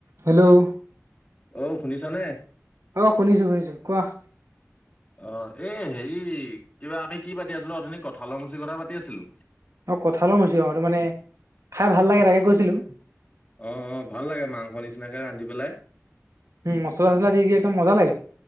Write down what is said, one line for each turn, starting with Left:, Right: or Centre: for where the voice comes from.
Right: Hello
Left: অ শুনিছানে?
Right: অ শুনিছো শুনিছো কোৱা।
Left: অ'এই হেৰি কিবা আমি কি পাতি আছিলো অথনি কঁঠালৰ মুচি কথা পাতি আছিলো।
Right: অ' কঠালৰ মুছি আৰু মানে খাই ভাল লাগে তাকে কৈছিলোঁ।
Left: অ', অ', ভাল লাগে মাংস নিচিনাকে ৰান্ধি পেলাই।
Right: উম মছলা চচলা দি দি একদম মজা লাগে।